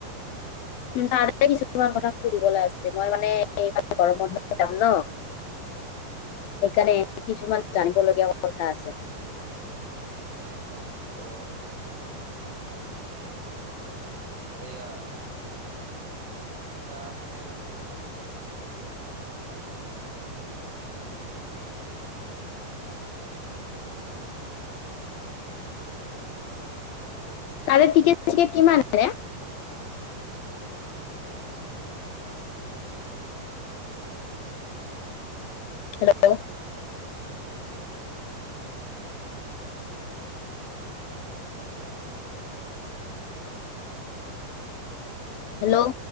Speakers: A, on the left (about 70°); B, on the right (about 75°).
A: তাৰে কিছুমান কথা সুধিবলৈ আছে। মই মানে এইবাৰ গৰম বন্ধত যাম ন', সেইকাৰণে কিছুমান জানিবলগীয়া কথা আছে।
B: অ'। এইয়া। এতিয়া মানে তাতে
A: তাৰে টিকেট-চিকেট কিমান? <unintelligible> হেল্ল'? হেল্ল'?